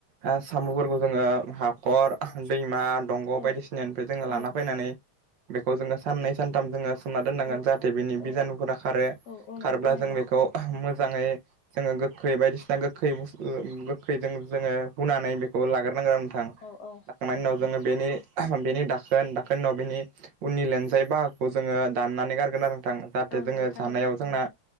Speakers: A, on the right; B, on the left.
A: ओ साम'फोरखौ जोङो हाखर दैमा। दंग'
B: औ
A: बायदिसिनानिफ्राय जोङो लाना
B: औ
A: फैनानै बेखौ जोङो साननै सानथाम जोङो। सोमना दोननांगोन
B: औ
A: जाहाथे बेनि
B: औ
A: बिजानुफोरा खारो
B: औ औ नंगौ
A: खारब्ला
B: थारैनो
A: जों
B: नोंथां
A: बेखौ मो -जाङै जोङो गोखै बायदिसिना गोखै बुसथु गोखैजों जोङो हुनानै बेखौ लाग्र। नांगोन नोंथां
B: औ औ
A: लाखांनायनि उनाव जोङो बेनि बेनि दाखोन दाखोन उाव बेनि उननि लेनजाय बाहाखौ जोङो दाननानै गारगोन आरो। नों थां जाहाथे
B: औ
A: जोङो
B: नंगौ थारैनो
A: जानायाव जोंना